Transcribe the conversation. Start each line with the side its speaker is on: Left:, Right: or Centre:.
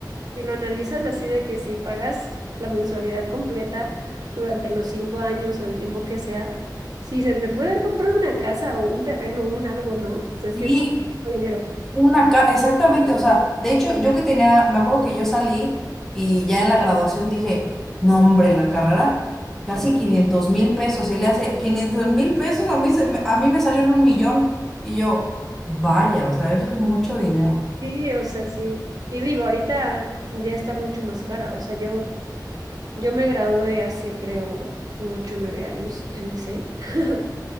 Right: si lo analizas así de que si pagas la mensualidad completa durante los cinco años o el tiempo que sea, sí, se me puede haber comprado una casa o un terreno o un algo, ¿no? O sea, sí
Centre: Sí,
Right: es mucho dinero.
Centre: Una ca exactamente, o sea, de hecho, yo que tenía, me acuerdo que yo salí y ya en la graduación dije, no hombre, la carrera, casi quinientos mil pesos, y le hace quinientos mil pesos, a mí, se- me- a mí me salieron un millón, y yo, vaya, o sea, eso es mucho dinero.
Right: Sí, o sea, sí. Y digo, ahorita ya está mucho más cara. O sea, yo, yo me gradué hace, creo, como 8 o 9 años, ya ni sé. <laughs>